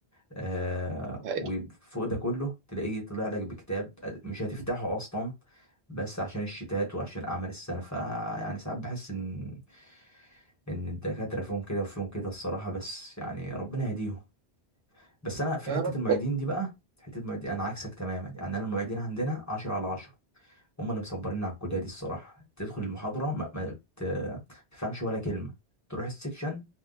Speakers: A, on the left; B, on the right.
A: آه
B: الحقيقة.
A: وفوق ده كله تلاقيه طلع لك بكتاب مش هتفتحه اصلا بس عشان الشتات وعشان اعمال السنه فيعني ساعات بحس ان ان الدكاتره فيهم كده وفيهم كده الصراحه بس يعني ربنا يهديهم بس انا في
B: يا
A: حته
B: رب
A: المعيدين دي بقى حته المعيدين انا عكسك تماما يعني انا المعيدين عندنا 10 على 10 هم اللي مصبريننا على الكليه دي الصراحه تدخل المحاضره ما, ما ت- تفهمش ولا كلمه تروح السكشن